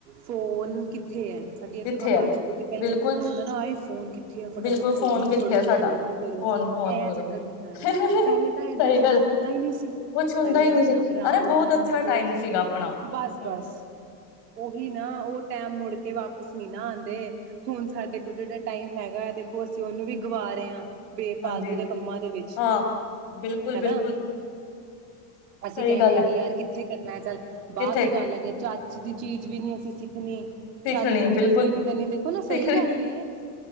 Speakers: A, on the right; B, on the left.
A: ਫੋਨ ਕਿੱਥੇ ਹੈ ਸਾਡੀ ਅੱਖਾਂ
B: ਕਿੱਥੇ
A: ਬਾਵਾਜ਼
B: ਆ
A: ਚ ਖੁੱਲ ਗ ਪਹਿਲੇਾਂ
B: ਬਿਲਕੁਲ
A: ਹੁੰਦਾ ਸਾਨੂੰ ਹੁੰਦਾ ਨਾ ਆ ਫੋਨ ਕਿੱਥੇ ਆ ਫਟਾਫਟ
B: ਬਿਲਕੁਲ
A: ਫੋਨ ਨੂੰ
B: ਕਿੱਥੇ
A: ਫੜੋ
B: ਆ ਸਾਡਾ
A: ਫੋਨ ਨੂੰ ਕਰੋ
B: ਫੋਨ ਫੋਨ
A: ਇਹ
B: ਬੋਲੋ
A: ਰ ਹੁੰਦਾ
B: ਸਹੀ
A: ਆ ਪਹਿਲੇ ਤਾਂ ਇਏਦਾਂ ਦਾ ਕੁਛ
B: ਗੱਲ
A: ਹੁੰਦਾ ਹੀ ਨਹੀਂ ਸੀ
B: ਕੁਛ ਹੁੰਦਾ
A: ਪਹਿਲੇ
B: ਹੀ
A: ਆਪਣਾ
B: ਨਹੀਂ ਸੀ
A: ਆਰਾਮ
B: ਅਰੇ ਬਹੁਤ
A: ਨਾਲ
B: ਅੱਛਾ
A: ਉੱਠੋ
B: ਟਾਈਮ ਸੀਗਾ ਆਪਣਾ
A: ਬਸ
B: ਹਮ
A: ਬਸ ਉਹੀ ਨਾ ਉਹ ਟੈਮ ਮੁੜ ਕੇ ਵਾਪਿਸ ਨੀ ਨਾ ਆਉਂਦੇ ਹੁਣ ਸਾਡੇ ਕੋਲ ਜਿਹੜਾ ਟਾਈਮ ਹੈਗਾ ਦੇਖੋ ਅਸੀਂ ਉਹਨੂੰ ਵੀ ਗਵਾ ਰਹੇ ਹਾਂ ਬੇਫਾਲਤੂ
B: ਹਾਂਜੀ
A: ਦੇ ਕੰਮਾਂ ਦੇ ਵਿੱਚ
B: ਹਾਂ ਬਿਲਕੁਲ
A: ਹਨਾ
B: ਬਿਲਕੁਲ ਸਹੀ
A: ਅਸੀਂ ਕਹਿੰਦੇ
B: ਗੱਲ
A: ਹਾਂ
B: ਹੈ
A: ਕਿ ਯਾਰ ਕਿੱਥੇ ਕਰਨਾ ਚੱਲ ਬਾਅਦ
B: ਕਿੱਥੇ
A: ਚ ਕਰ ਲਾਂਗੇ ਚੱਜ ਦੀ ਚੀਜ਼ ਵੀ ਨੀ ਅਸੀਂ ਸਿੱਖਣੀ ਚੱਜ
B: ਸਿੱਖਣੀ
A: ਦੀ
B: ਬਿਲਕੁਲ
A: ਚੀਜ਼ ਵੀ ਨੀ ਕਰਨੀ ਦੇਖੋ ਨਾ ਸਹੀ
B: ਸਿੱਖਣੀ
A: ਗੱਲ ਏ